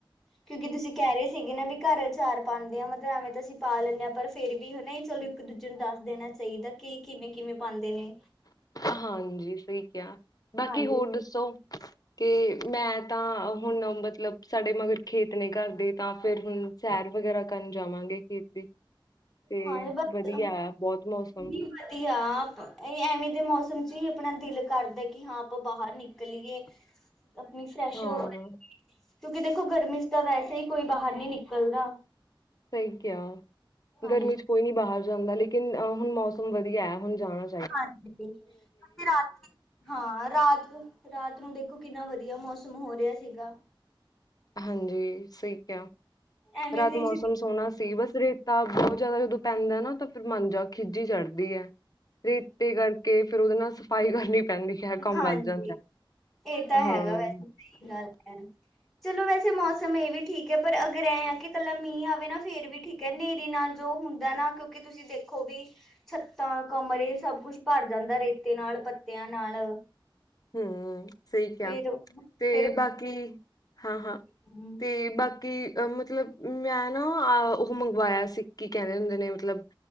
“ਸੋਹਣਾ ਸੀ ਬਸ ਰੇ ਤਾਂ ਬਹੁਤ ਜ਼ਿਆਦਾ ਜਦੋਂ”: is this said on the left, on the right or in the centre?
Left